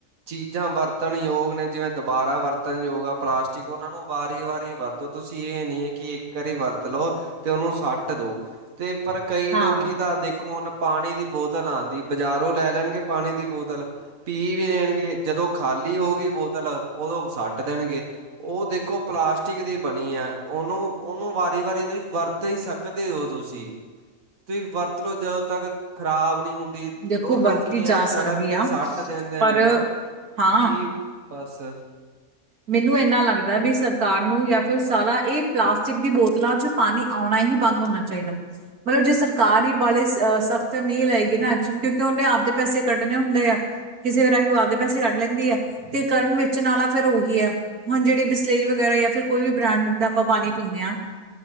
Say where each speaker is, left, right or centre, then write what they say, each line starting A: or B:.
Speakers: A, on the right; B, on the right.
A: ਚੀਜ਼ਾਂ ਵਰਤਣ ਯੋਗ ਨੇ, ਜਿਵੇਂ ਦੁਬਾਰਾ ਵਰਤਣ ਯੋਗ ਆ, ਪਲਾਸਟਿਕ ਉਹਨਾਂ ਨੂੰ ਵਾਰੀ- ਵਾਰੀ ਵਰਤ ਤਾਂ ਤੁਸੀਂ ਇਹ ਨੀ ਹੈ, ਕਿ ਇੱਕ ਵਾਰੀ ਵਰਤੋਂ ਤ ਲੋ ਤੇ ਉਹਨੂੰ ਸੱਟ ਦੋ, ਤੇ ਪਰ ਕਈ
B: ਹਾਂ।
A: ਲੋਕੀ ਤਾਂ ਦੇਖ ਹੁਣ ਪਾਣੀ ਦੀ ਬੋਤਲ ਆਂਦੀ, ਬਾਜ਼ਾਰੋਂ ਲੈ ਲੈਣਗੇ ਪਾਣੀ ਦੀ ਬੋਤਲ। ਪੀ ਵੀ ਦੇਣਗੇ, ਜਦੋਂ ਖਾਲੀ ਹੋਗੀ ਬੋਤਲ, ਉਦੋਂ ਸੱਟ ਦੇਣਗੇ। ਉਹ ਦੇਖੋ, ਪਲਾਸਟਿਕ ਦੀ ਬਣੀ ਹੈ। ਉਹਨੂੰ ਉਹਨੂੰ ਵਾਰੀ -ਵਾਰੀ ਤੁਸੀਂ ਵਰਤ ਹੀ ਸਕਦੇ ਪੀਉ ਤੁਸੀਂ। ਤੁਸੀ ਵਰਤ ਲੋ ਜਦੋਂ ਤੱਕ ਖ਼ਰਾਬ ਨਹੀਂ ਹੁੰਦੀ। ਦੀ
B: ਦੇਖੋ
A: ਉਹ ਲੋਕੀ
B: ਵਰਤੀ
A: ਐ
B: ਜਾ
A: ਸੜਕ
B: ਸਕਦੀ
A: ਤੇ
B: ਆ
A: ਸੱਟ ਦਿੰਦੇ
B: ਪਰ
A: ਨੇ ਨਾ।
B: ਹਾਂ
A: ਕਿ ਬਸ
B: ਮੈਨੂੰ ਐਨਾ ਲੱਗਦਾ ਵੀ, ਸਰਕਾਰ ਨੂੰ ਜਾਂ ਫਿਰ ਸਾਰਾ ਇਹ ਪਲਾਸਟਿਕ ਦੀ ਬੋਤਲਾਂ ਚ ਪਾਣੀ ਆਉਣਾ ਹੀ ਬੰਦ ਹੋਣਾ ਚਾਹੀਦਾ। ਮਤਲਬ ਜੇ ਸਰਕਾਰ ਹੀ ਵਾਲੇ ਸਖ਼ਤ ਨਹੀਂ ਲਏਗੀ ਨਾ ਐਕਸ਼ਨ, ਕਿਉਂਕਿ ਉਹਨੇ ਆਪਦੇ ਪੈਸੇ ਕੱਢਣੇ ਹੁੰਦੇ ਆ। ਕਿਸੇ ਵੇ ਰਾਹੀਂ ਉਹ ਆਪਦੇ ਪੈਸੇ ਕੱਢ ਲੈਂਦੀ ਹੈ। ਤੇ ਕਰਨ ਵੇਚਣ ਵਾਲਾ ਫੇਰ ਉਹੀ ਕਿ ਹੈ। ਹੁਣ ਜਿਹੜੀ ਬਿਸਲੇਜ ਵਗੈਰਾ ਜਾਂ ਫਿਰ ਕੋਈ ਵੀ ਬ੍ਰਾਂਡ ਦਾ ਆਪਾਂ ਪਾਣੀ ਪੀਂਦੇ ਹਾਂ।